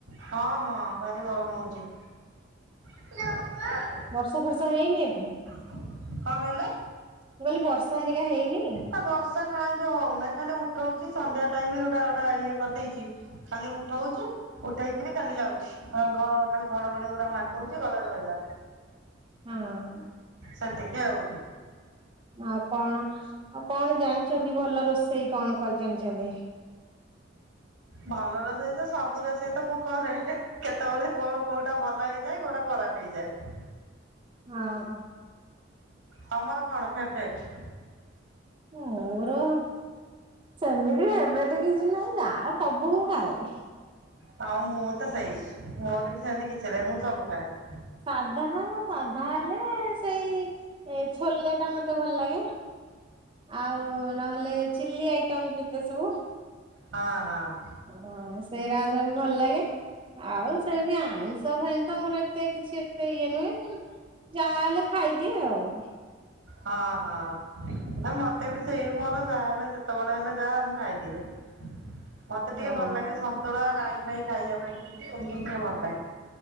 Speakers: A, on the right; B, on the right.
A: ହଁ ହଁ ଭାରି ଗରମ ହଉଛି। <inaudible>
B: ବର୍ଷା ଫର୍ଷା ହେଇନି ଏବେ।
A: କଣ କହିଲେ।
B: ମୁଁ କହିଲି ବର୍ଷା ହେରିକା ହେଇନି।
A: ନା ବର୍ଷା କାହିଁକି ହଉନାହିଁ ଖାଲି ଉଠଉଛି ସନ୍ଧ୍ୟା ଟାଇମ ବି ଗୋଟା ଗୋଟା ଇଏ କରିଦେଇଛି। ଖାଲି ଉଠଉଚୁ ଉଠେଇକିରି ଖାଲି ଯାଉଛି। ହଁ ଘ ଖାଲି ଘଡଘଡି ଉରା ମାରି ଦଉଛି ଗଲା ସଇଲା।
B: ହଁ।
A: ସେତିକି ଆଉ।
B: ଆଉ କଣ ଆଉ କଣ ଜାଣିଛନ୍ତି ଭଲ ରୋଷେଇ କଣ କରି ଜାଣିଛନ୍ତି।
A: ଭଲ ରୋଷେଇ ତ ସବୁ ରୋଷେଇ ତ ମୁଁ କରେ। କେତେବେଳେ କଣ କୋଉଟା ଭଲ ହେଇଯାଏ କୋଉଟା ଖରାପ ହେଇଯାଏ।
B: ହଁ।
A: ତମର କଣ ଫେବରେଟ୍।
B: ମୋର ସେମିତି ଏବେ ଟି କିଛି ନାହିଁ ଯା ସବୁ ମୁଁ ଖାଏ।
A: ହଁ ମୁଁ ତ ସେଇ ମୋର ବି ସେମିତି କିଛି ନାଇ ମୁଁ ସବୁ ଖାଏ।
B: ସାଧା ସାଧା ହେଲେ ସେଇ ଏ ଛୋଲେ ଟା ମତ ତେ ଭଲ ଲାଗେ ଆଉ ନହେଲେ ଚିଲି ଆଇଟମ କେତେ ସବୁ।
A: ହଁ ହଁ।
B: ହ ସେଇରା ସବୁ ଭଲ ଲାଗେ ଆଉ ସେମିତି ଆଇଁଷ ଫାଇଁଷ ମୋର ଏ ଏତେ କିଛି ଏତେ ଇଏ ନୁହେଁ ଯାହାଲେ ଖାଇଦିଏ ଆଉ।
A: ହଁ ହଁ। ଆ ମତେ ବି ସେଇ ମୋର ଯାହା ହେଲେ ଯେତେବେଳେ ହେଲେ ଯାହା ମୁ ଖାଇଦିଏ। ମତେ
B: ହଁ।
A: ଟିକେ ଭଲ୍ ଲାଗେ ସନ୍ତୁଳା ରାଇ ଫାଇ ଖାଇବା ପାଇଁ, ସେମ୍ତି ଟିକେ ଭଲ୍ ଲାଗେ।